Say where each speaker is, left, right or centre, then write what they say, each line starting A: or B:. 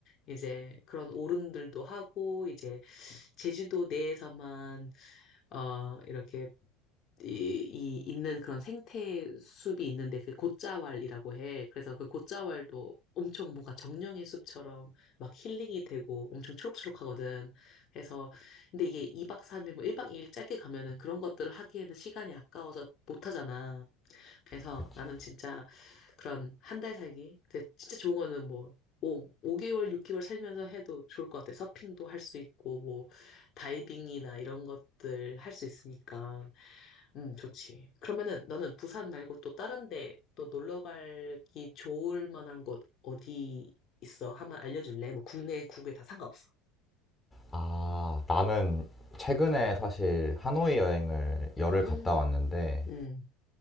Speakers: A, on the left; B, on the left.
A: 이제 그런 오름들도 하고 이제 제주도 내에서만 어, 이렇게 이, 이 있는 그런 생태 숲이 있는데 그 곶자왈이라고 해. 그래서 그 곶자왈도 엄청 뭔가 정령의 숲처럼 막 힐링이 되고 엄청 초록초록하거든. 그래서 근데 이게 2박 3일 뭐 1박 2일 짧게 가면은 그런 것들을 하기에는 시간이 아까워서 못 하잖아. 그래서
B: 그치.
A: 나는 진짜 그런 한 달 살기. 근데 진짜 좋은 거는 뭐 5, 개월 6개월 살면서 해도 좋을 것 같아. 서핑도 할 수 있고 뭐 다이빙이나 이런 것들 할 수 있으니까. 음, 좋지. 그러면은 너는 부산 말고 또 다른 데 또 놀러 가기 좋을 만한 곳 어디 있어? 한번 알려줄래? 뭐 국내, 국외 다 상관없어.
B: 아, 나는 최근에 사실 하노이 여행을 열흘
A: 음.
B: 갔다 왔는데
A: 음.